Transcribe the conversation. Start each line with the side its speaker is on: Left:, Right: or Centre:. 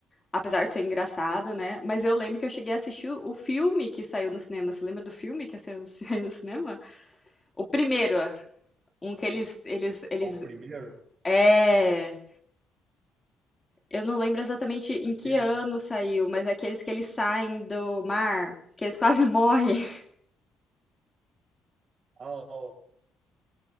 Left: Apesar de ser engraçado, né? Mas eu lembro que eu cheguei a assistir o o filme que saiu no cinema. Você lembra do filme que saiu, <laughs> saiu no cinema? O primeiro, um que eles,
Right: Ao
Left: eles, eles.
Right: ao primeiro,
Left: É. Eu não lembro exatamente em
Right: aquele,
Left: que ano
Right: que-
Left: saiu, mas é aqueles que eles saem do mar, que eles quase morrem. <laughs>
Right: ao,